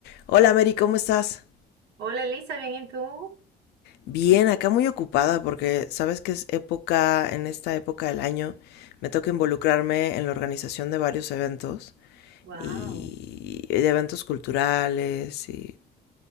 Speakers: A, on the left; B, on the right.
A: Hola Mary, ¿cómo estás?
B: Hola Elisa, ¿bien y tú?
A: Bien, acá muy ocupada porque sabes que es época, en esta época del año, me toca involucrarme en la organización de varios eventos
B: Wow.
A: y de eventos culturales y